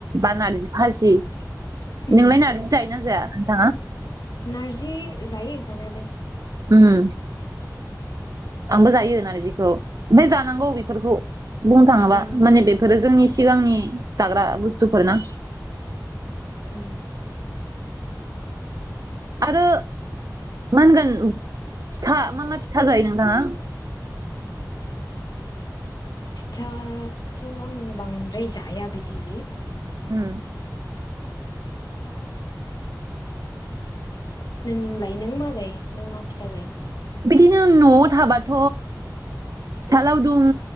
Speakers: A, on the right; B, on the left.
A: बा नार्जि फासि
B: उम
A: नोंलाय नारजि जायोना जाया नोंथाङा?
B: नारजि जायो जानायालाय।
A: उम आंबो जायो नारजिखौ ओमफ्राय जानांगौ बेफोरखौ बुंनो थाङोबा
B: उम
A: माने बेफोरो जोंनि सिगांनि जाग्रा बुस्थुफोर ना
B: उम
A: आरो मा होनगोन फिथा मा मा फिथा जायो नोंथाङा?
B: फिथाथ' आङो बांद्राय जाया बिदि
A: उम
B: नोंलाय नों मा जायो नों मा फिथा जायो।
A: बिदिनो न'आव थाबाथ' फिथा लावदुम